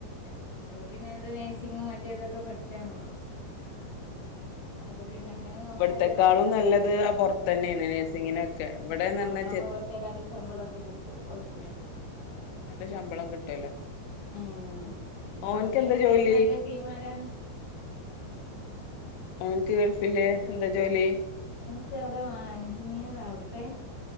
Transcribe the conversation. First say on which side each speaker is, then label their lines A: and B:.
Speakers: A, on the left; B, on the left.
A: ആഹ്
B: പ്പ പിന്നെ അത് നേഴ്സിങ്ങും മറ്റേ ഇതൊക്കെ പഠിച്ചാണല്ലോ.
A: ആ ആ അതെ
B: അപ്പൊ പിന്നെ അങ്ങനെ നോക്കാ
A: ഇവിടുത്തെക്കാളും
B: വിചാരിച്ചിട്ടാണ്
A: നല്ലത് പൊറത്തന്നെയാണ് നഴസിങ്ങിനൊക്കെ ഇവിടെന്ന്റഞ്ഞ
B: താമ്പോ ഇവിടത്തേക്കാട്ടി ശമ്പളൊക്കെ കിട്ടും ഓരിക്ക്.
A: ആഹ് അവിടൊക്കെ നല്ല ശമ്പളം കിട്ടുവല്ലോ.
B: ഉം പിന്നെ
A: ഓൻക്ക്
B: ഓന്റെ
A: എന്താ
B: വീട്ടുകാര്
A: ജോലി
B: നല്ല ടീമാരാണ്.
A: ഓനിക്ക് ഗൾഫില് എന്താ ജോലി?
B: ക്ക അവിടെ വാ എഞ്ചിനീയറാ അവിടത്തെ